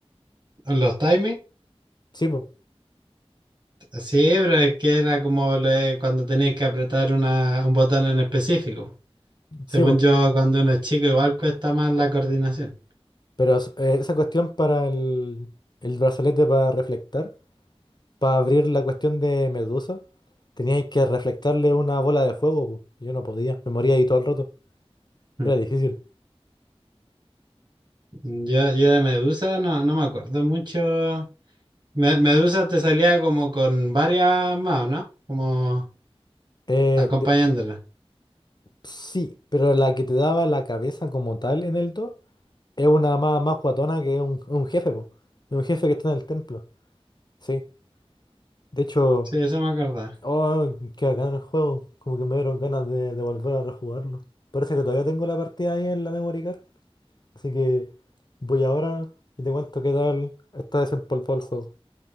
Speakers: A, on the right (about 45°); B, on the left (about 45°).
A: los timings.
B: Sí, pues.
A: Sí, pero es que era como le- cuando tenéis que apretar una, un botón en específico. Según
B: Sí, pues.
A: yo, cuando uno es chico, igual cuesta más la coordinación.
B: Pero es- eh, esa cuestión para el, el brazalete para reflectar, para abrir la cuestión de Medusa, teníais que reflectarle una bola de fuego, po. y Yo no podía, me moría ahí todo el rato.
A: Mm.
B: Era difícil.
A: Yo, yo de Medusa no, no me acuerdo mucho Me- Medusa te salía como con varias más, ¿no? Como
B: Eh,
A: acompañándola.
B: de- sí, pero la que te daba la cabeza como tal en el 2 es una más, más guatona que un, un jefe, po. Es un jefe que está en el templo. Sí. De hecho,
A: Sí, eso me acordaba.
B: oh, qué bacán el juego. Como que me dieron ganas de, de volver a rejugarlo. Parece que todavía tengo la partida ahí en la memory card. Así que voy ahora y te cuento qué tal está desempolvado el juego.